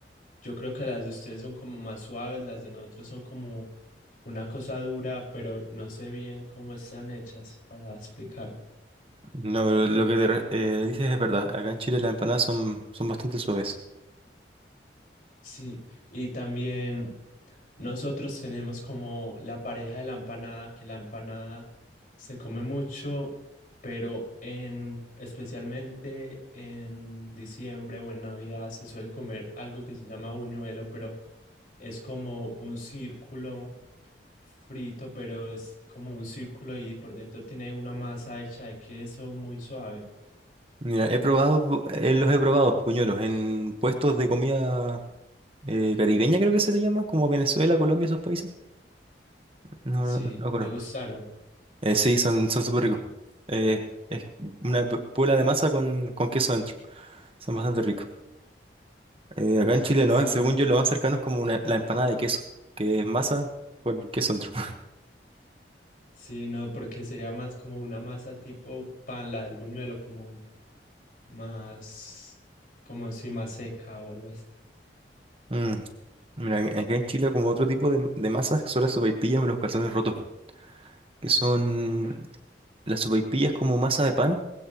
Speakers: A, on the left; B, on the right.
A: Yo creo que las de ustedes son como más suaves, las de nosotros son como una cosa dura, pero no sé bien cómo están hechas para explicarte.
B: No, pero lo que te re- eh, dices es verdad. Acá en Chile las empanadas son, son bastante suaves.
A: Sí, y también nosotros tenemos como la pareja de la empanada, que la empanada se come mucho, pero en especialmente en diciembre o en Navidad se suele comer algo que se llama buñuelo, pero es como un círculo frito, pero es como un círculo y por dentro tiene una masa hecha de queso muy suave.
B: Mira, he probado, pu- eh, los he probado, puñuelos, en puestos de comida eh, caribeña creo que se le llama, como Venezuela, Colombia, esos países. No,
A: Sí,
B: no, no lo conozco.
A: ¿te gustaron?
B: Eh, sí, son, son súper ricos. Eh, es una p- bola de masa con, con queso dentro. Son bastante ricos. Eh, acá en Chile,
A: Sí,
B: no, según yo, lo más cercano es como una- la empanada de queso, que es masa con queso dentro. <laughs>
A: sí, no, porque sería más como una masa tipo pan, la del buñuelo, como más, como así, más seca o algo así.
B: Mm, Mira, acá en Chile como otro tipo de, de masas son las sopaipillas o los calzones rotos, que son
A: Ca-
B: las sopaipillas como masa de pan,